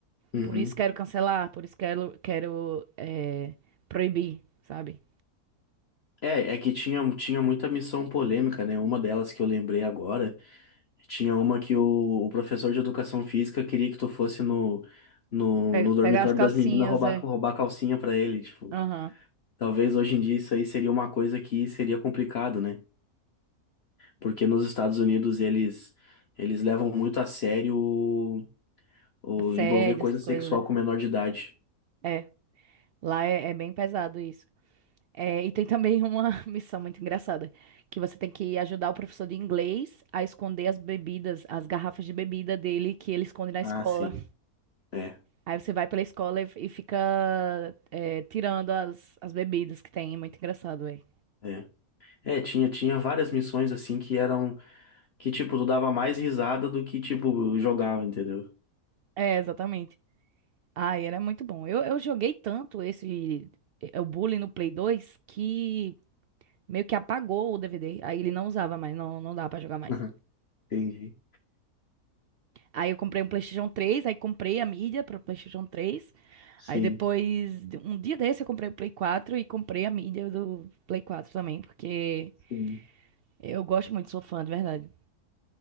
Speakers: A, on the left; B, on the right.
A: Uhum.
B: Por isso quero cancelar, por isso quero, quero é, proibir, sabe?
A: É, é que tinha, tinha muita missão polêmica, né? Uma delas que eu lembrei agora, tinha uma que o, o professor de educação física queria que tu fosse no, no,
B: Pe-
A: no dormitório
B: Pegar as calcinhas,
A: das meninas roubar,
B: é.
A: roubar calcinha pra ele, tipo.
B: Aham.
A: Talvez hoje em dia isso aí seria uma coisa que seria complicado, né? porque nos Estados Unidos eles eles levam muito a sério o, o
B: Assédio,
A: envolver coisa
B: essas
A: sexual
B: coisas, é.
A: com menor de idade.
B: É. Lá é, é bem pesado isso. É, e tem também uma <laughs> missão muito engraçada, que você tem que ajudar o professor de inglês a esconder as bebidas, as garrafas de bebida dele que ele esconde na
A: Ah,
B: escola.
A: sim. É,
B: Aí você vai pela escola e, e fica é, tirando as, as bebidas que tem. É muito engraçado, velho.
A: é. É, tinha, tinha várias missões assim que eram que tipo tu dava mais risada do que tipo jogava, entendeu?
B: É, exatamente. Ah, era muito bom. Eu, eu joguei tanto esse é, o Bully no Play 2 que meio que apagou o DVD. Aí ele não usava mais, não, não dá pra jogar
A: <laughs>
B: mais.
A: Entendi.
B: Aí eu comprei um PlayStation 3, aí comprei a mídia pro PlayStation 3.
A: Sim.
B: Aí depois, um dia desse eu comprei o Play 4 e comprei a mídia do Play 4 também, porque
A: Sim.
B: eu gosto muito, sou fã, de verdade.